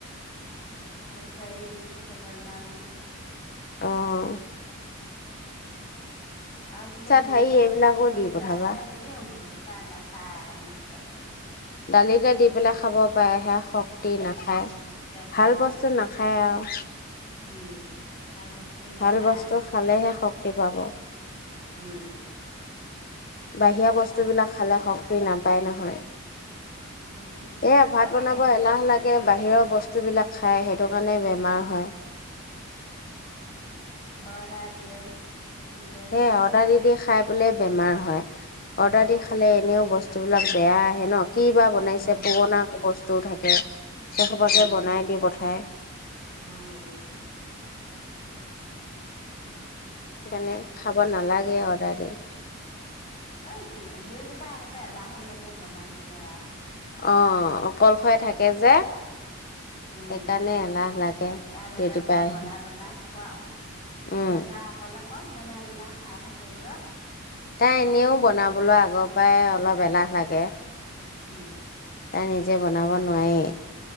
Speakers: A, on the left (about 25°); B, on the left (about 45°).
A: লেচাৰি দিছো কেই ডাল মান।
B: অ'
A: অহ, আৰু বোলো মৰিচা,
B: ঠাৰি এইবিলাকো
A: মৰিচা
B: দি পঠাবা
A: খাই <unintelligible> তাই নাখাই মৰিচা ঠাৰি।
B: দালিতে দি পেলায় খাব পাৰে, সেয়া শক্তি
A: উম
B: নাখায়,
A: মৰিচা ঠাৰি
B: ভাল বস্তু নাখায় আৰু।
A: উম। ভাল বস্তু নাখায়
B: ভাল বস্তু খালেহে শক্তি পাব।
A: উম।
B: বাহিৰা বস্তু
A: ভাল
B: বিলাক খালে শক তি নাপায় নহয়।
A: উম
B: এয়া ভাত
A: অৰ্ডাৰ
B: বনাব এলাহ লাগ সি বাহিৰৰ বস্তুবিলাক খায় সেইটোকাৰণে বেমাৰ হয়।
A: অৰ্ডাৰ দিয়ে বেছিকে
B: হেয়া অৰ্ডাৰ দি দি খাই পেলাই বেমাৰ হয়,
A: বেমাৰ
B: অৰ্ডাৰ দি খালে এনেও বস বস্তুবিলাক বেয়া আহে ন? কি বা বনাইছে
A: উম
B: পুৰণা বস টো থাকে। সেই খোপাকে
A: উম
B: বনাই দি পঠাই।
A: উম উম
B: সেইকাৰণে খাব নালাগে অৰ্ডাৰ দি।
A: এহ ডিওটিৰ পৰা আহিলে এলাহু লাগে বনাবলৈ আৰু।।
B: অ' অকলশৰে থাকে যে।
A: উম
B: সেইকাৰণে এলাহ লাগে
A: ইয়াত
B: ডিউটিৰ
A: এতিয়া মই
B: পৰা আহি
A: বনাই বনাই খুৱাম তেতিয়া
B: উম,
A: তাই অকলে।। ক'ত বনাই বনাই খাই থাকিব।
B: তাই এনেও বনাবলৈ আগৰ পৰাই অলপ এলাহ লাগে।
A: উম,
B: তাই নিজে বনাব নোৱাৰেই।